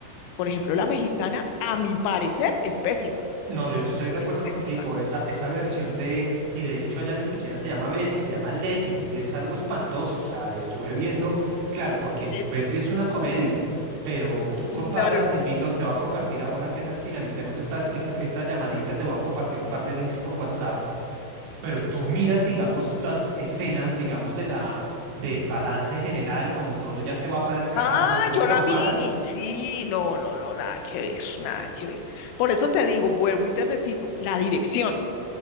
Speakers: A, on the left; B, on the right.
A: Por ejemplo, la mexicana, a mi parecer, es pésima,
B: No, yo estoy de acuerdo
A: es pésima.
B: contigo. Esa, esa versión de, y de hecho allá ni siquiera se llama Betty, se llama Letty, y es algo espantoso. O sea, estuve viendo, claro, porque
A: Leti.
B: Betty
A: Sí,
B: es una comedia, pero tú
A: <laughs>
B: comparas,
A: Claro.
B: te invito, te voy a compartir ahora, apenas finalicemos esta, esta, esta llamadita, te voy a compartir un par de links por WhatsApp. pero tú miras, digamos, las escenas, digamos, de la, del balance general, cuando todo ya se va para el carajo
A: Ah,
B: y tú lo
A: yo
B: comparas,
A: la vi. Sí, no, no, no, nada que ver, nada que ver. Por eso te digo, vuelvo y te repito, la dirección.